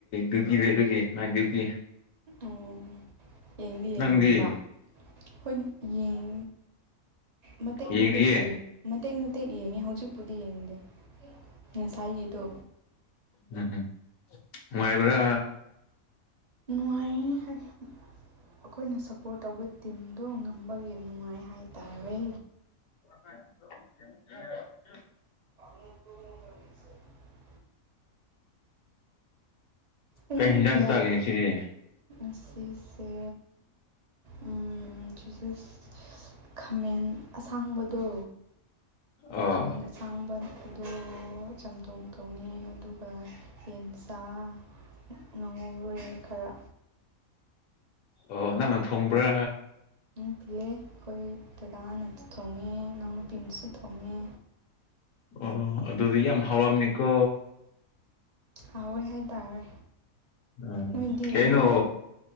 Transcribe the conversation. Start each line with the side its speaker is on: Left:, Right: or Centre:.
Left: ꯗ꯭ꯌꯨꯇꯤ ꯂꯩꯕꯒꯤ ꯅꯥꯏꯇ ꯗ꯭ꯌꯨꯇꯤ
Right: ꯑꯣ ꯌꯦꯡꯗꯤ ꯌꯦꯡꯅꯤꯡꯕ
Left: ꯅꯪꯗꯤ
Right: ꯑꯩꯈꯣꯏ ꯌꯦꯟ ꯃꯇꯦꯛ
Left: ꯌꯦꯡꯗꯤꯌꯦ
Right: ꯃꯇꯦꯛ ꯌꯦꯡꯉꯤ ꯃꯇꯦꯛ ꯃꯇꯦꯛ ꯌꯦꯡꯉꯤ ꯍꯧꯖꯤꯛꯄꯨꯗꯤ ꯌꯦꯡꯗꯦ ꯉꯁꯥꯏꯒꯤꯗꯣ
Left: ꯎꯝ ꯎꯝ ꯅꯨꯡꯉꯥꯏꯕ꯭ꯔꯥ
Right: ꯅꯨꯡꯉꯥꯏ ꯍꯥꯏꯗꯤ ꯑꯩꯈꯣꯏꯅ ꯁꯞꯄꯣꯔꯠ ꯇꯧꯕ ꯇꯤꯝ ꯗꯣ ꯉꯝꯕꯒꯤ ꯅꯨꯡꯉꯥꯏ ꯍꯥꯏꯇꯥꯔꯦ
Left: <unintelligible>
Right: <unintelligible> ꯄꯨꯡ
Left: ꯀꯩ ꯌꯦꯟꯖꯥꯡ
Right: ꯀꯌꯥ
Left: ꯆꯥꯒꯦ ꯉꯁꯤꯗꯤ
Right: ꯉꯁꯤꯁꯦ ꯎꯝ <unintelligible> ꯈꯥꯃꯦꯟ ꯑꯁꯥꯡꯕꯗꯣ
Left: ꯑꯣ
Right: ꯈꯃꯦꯟ ꯑꯥꯁꯥꯡꯕꯗꯣ ꯆꯝꯊꯣꯡ ꯊꯣꯡꯉꯦ ꯑꯗꯨꯒ ꯌꯦꯟꯆꯥꯥ ꯉꯧꯔꯦ ꯈꯔ
Left: ꯑꯣ ꯅꯪꯅ ꯊꯣꯡꯕ꯭ꯔꯥ
Right: ꯅꯠꯇꯤꯌꯦ ꯑꯩꯈꯣꯏ ꯗꯗꯥꯅꯁꯨ ꯊꯣꯡꯉꯦ ꯏꯅꯥꯎꯅꯨꯄꯤꯅꯁꯨ ꯊꯣꯡꯉꯦ
Left: ꯑꯣ ꯑꯗꯨꯗꯤ ꯌꯥꯝ ꯍꯥꯎꯔꯝꯅꯤꯀꯣ
Right: ꯍꯥꯎꯑꯦ ꯍꯥꯏꯇꯥꯔꯦ
Left: ꯎꯝ
Right: ꯅꯣꯏꯗꯤ
Left: ꯀꯩꯅꯣ
Right: ꯅꯪꯗꯤ